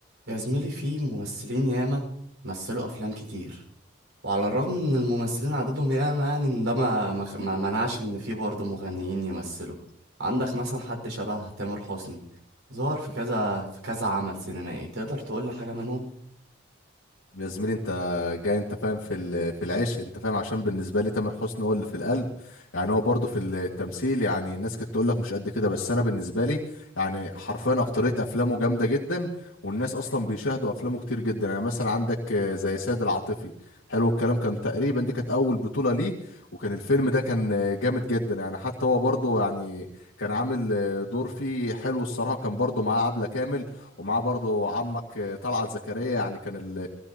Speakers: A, on the right; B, on the left.
A: يا زميلي في ممثلين ياما مثلوا أفلام كتير وعلى الرغم إن الممثلين عددهم ياما يعني إن ده ما ما خ- ما منعش إن في برضه مغنيين يمثلوا عندك مثلا حد شبه تامر حسني ظهر في كذا في كذا عمل سينمائي تقدر تقول لي حاجة منهم؟
B: يا زميلي انت جاي انت فاهم في ال- في العشق انت فاهم عشان بالنسبه لي تامر حسني هو اللي في القلب يعني هو برضه في التمثيل يعني الناس كانت تقول لك مش قد كده بس انا بالنسبه لي يعني حرفيا اكتريه افلامه جامده جدا والناس اصلا بيشاهدوا افلامه كتير جدا يعني مثلا عندك آه، زي سيد العاطفي حلو الكلام كان تقريبا دي كانت اول بطوله ليه وكان الفيلم ده كان آه، جامد جدا يعني حتى هو برضه يعني كان عامل آه، دور فيه حلو الصراحه كان برضه معاه عبله كامل ومعاه برضه عمك آه، طلعت زكريا يعني كان ال